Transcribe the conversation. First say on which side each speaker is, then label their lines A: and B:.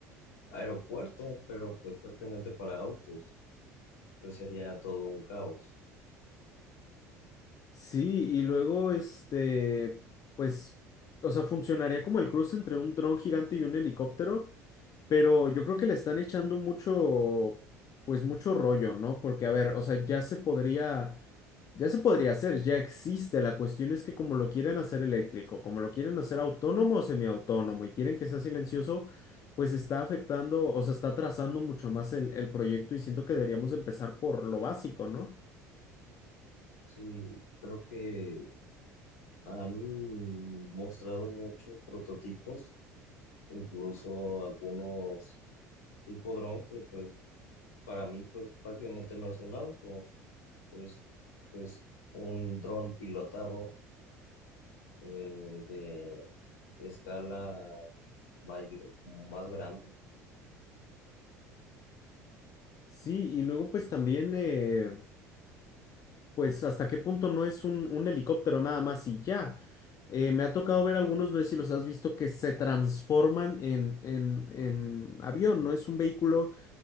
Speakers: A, on the left; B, on the left.
A: aeropuerto, pero pues prácticamente para autos, pues sería todo un caos.
B: Sí, y luego, este, pues, o sea, funcionaría como el cruce entre un dron gigante y un helicóptero Pero yo creo que le están echando mucho, pues mucho rollo, ¿no? Porque, a ver, o sea, ya se podría, ya se podría hacer, ya existe. La cuestión es que como lo quieren hacer eléctrico, como lo quieren hacer autónomo o semiautónomo y quieren que sea silencioso, pues está afectando, o sea, está atrasando mucho más el, el proyecto y siento que deberíamos de empezar por lo básico, ¿no?
A: Sí, creo que han mostrado muchos prototipos incluso algunos tipo dron que pues para mí pues prácticamente no es un auto, es pues un dron pilotado eh, de escala mayor, más grande.
B: Sí, y luego pues también, eh, pues hasta qué punto no es un, un helicóptero nada más y ya. Eh, me ha tocado ver algunos, no sé si los has visto, que se transforman en, en, en avión, ¿no? Es un vehículo